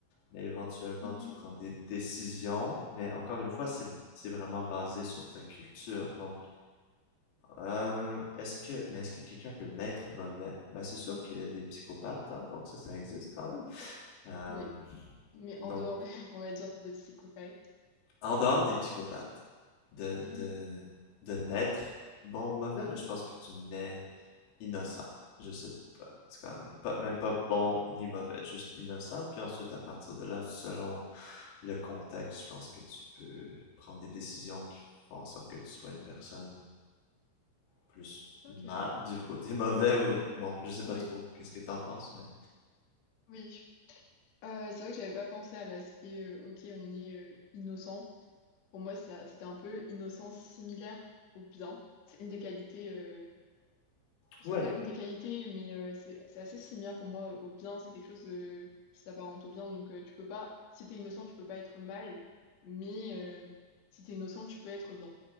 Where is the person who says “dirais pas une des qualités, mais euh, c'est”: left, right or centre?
Left